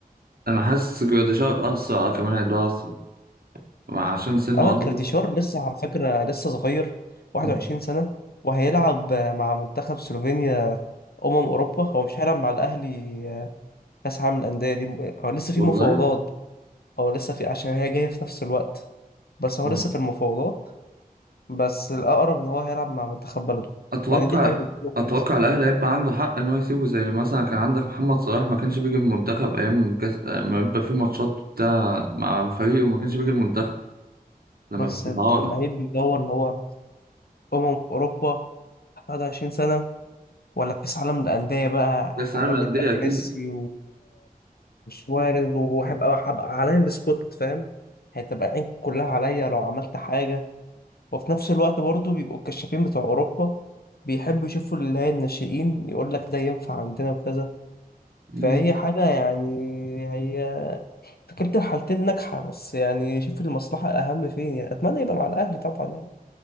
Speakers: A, on the right; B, on the left.
A: انا حاسس جراديشار اسرع كمان هيبقى اسرع مع- عشان سنه
B: ألان
A: اصغر
B: جراديشار لسه على فكرة لسه صغير 21
A: مم.
B: سنة وهيلعب مع منتخب سلوفينيا أمم أوروبا هو مش هيلعب مع الأهلي آه، كأس عالم الأندية دي هو لسه
A: والله
B: في مفاوضات هو لسه في عشان هي جاية في نفس الوقت بس هو
A: و-
B: لسه في المفاوضات بس الأقرب إن هو هيلعب مع منتخب بلده
A: اتوقع
B: مع إن دي حاجة مش حلوة
A: اتوقع
B: خالص
A: الاهلي هيبقى عنده حق ان هو يسيبه زي مثلا كان عندك محمد صلاح ما كانش بيجي المنتخب ايام كاس ما يبقى في ماتشات بتاع مع فريقه وما كانش بيجي المنتخب لما
B: بس
A: كنت بتعارض
B: أنت اللعيب بيدور إن هو أمم أوروبا 21 سنة ولا كأس عالم الأندية بقى
A: كاس
B: هيقابل
A: العالم للانديه
B: بقى
A: اكيد
B: ميسي مش وارد وهبقى هبقى عليا السبوت فاهم هتبقى العين كلها عليا لو عملت حاجة وفي نفس الوقت برضو بيبقوا الكشافين بتوع أوروبا بيحبوا يشوفوا اللي هي الناشئين يقول لك ده ينفع عندنا وكذا
A: مم.
B: فهي حاجة يعني هي فكرة الحالتين ناجحة بس يعني شوف المصلحة أهم فين يعني أتمنى يبقى مع الأهلي طبعا يعني